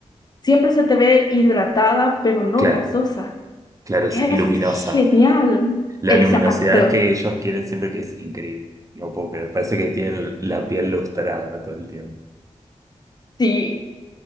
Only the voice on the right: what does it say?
claro,
claro,
sí, luminosa.
La
luminosidad que ellos quieren siempre que es increíble, ¿no? puedo creer. parece que tienen la piel lustrada todo el tiempo.